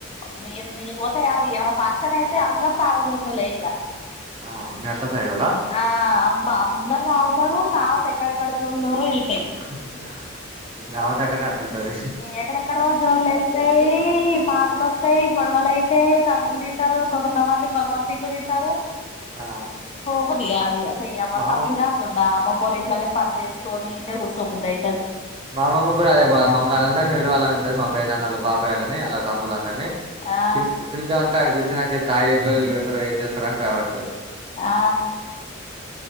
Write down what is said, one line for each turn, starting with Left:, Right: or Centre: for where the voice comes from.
Left: మీ మీ పోతే కాదు ఇడా ఫంక్షన్ అయితే అందరూ తాగుబోతులే ఇక
Right: ఆ మీ అత్త సైడోళ్ళ
Left: ఆ అమ్మ అందరు తాగుతారు తారువాత ఎక్కడెక్కడ జోన్లో వెళ్తాయి
Right: <inaudible> దావత్ అంటనే అట్లుంటాది
Left: ఎక్కడెక్కడో జోళ వెళ్తాయి మాటలు వస్త అయితాయి గొడవల్ అయితయీ తనులు తింటారు ఒక్కోక్క ది కొవంతలో దంటారు
Right: ఆ
Left: పో దద స మప్పుడు
Right: మా అమ్మ
Left: కా <unintelligible> వాళ ఇట్లానే పని చేసుకొని <unintelligible> అవుతుంది
Right: మా అమమ్మ కూడా అదే బాధ మమ్మలందరినీ విలావాలని ఉంటది మా పేదానాన్ననోళ్ల బాబాయోళ్ళని అల తమ్ములందరినీ
Left: ఆ
Right: పిలి పిలిదామంటే అడికి పలిసినక్కా ఈళ్ళు తాగి లొల్లిళ్లు పెడతారేమో ఎంజేస్తారో అని భయమైతది
Left: ఆ